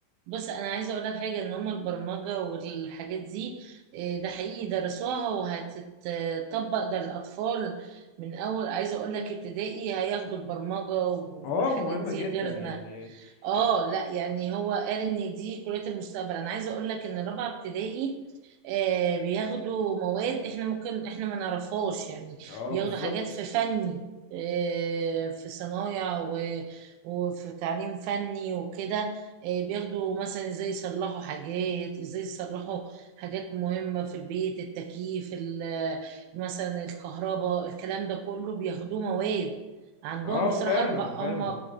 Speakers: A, on the right; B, on the left.
A: بص انا عايزه اقول لك حاجه ان هم البرمجه والحاجات دي إيه، ده حقيقي درسوها وهتتطبق ده للاطفال من اول عايزه اقول لك ابتدائي هياخدوا البرمجه والحاجات
B: اه مهمة
A: دي
B: جدا
A: غيرنا
B: يعني
A: اه
B: يعني
A: لا يعني هو قال ان دي كلية المستقبل انا عايزة اقول لك ان رابعة ابتدائي آه بياخدوا مواد احنا ممكن احنا ما نعرفهاش يعني
B: اه
A: بياخدوا
B: بالظبط
A: حاجات في فني آه في صنايع و- وفي تعليم فني وكده آه بياخدوا مثلا ازاي يصلحوا حاجات ازاي يصلحوا حاجات مهمة في البيت التكييف ال- مثلا الكهرباء الكلام ده كله بياخدوه مواد عندهم
B: اه
A: بصراحة
B: فعلا
A: أربع
B: فعلا
A: هم